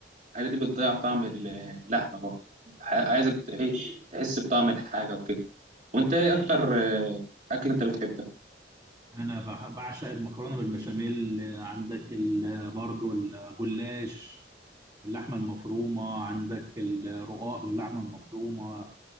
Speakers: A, on the right (about 45°); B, on the right (about 20°).
A: الحاجات دي بتضيع طعم ال- اللحمة برضه ع- عايزك ت- إيه، تحس بطعم الحاجة وكده وأنت إيه أكتر آه، أكل أنت بتحبها؟
B: انا بح- بعشق المكرونة بالبشاميل عندك ال- برضه الجلاش باللحمة المفرومة عندك الرقاق باللحمة المفرومة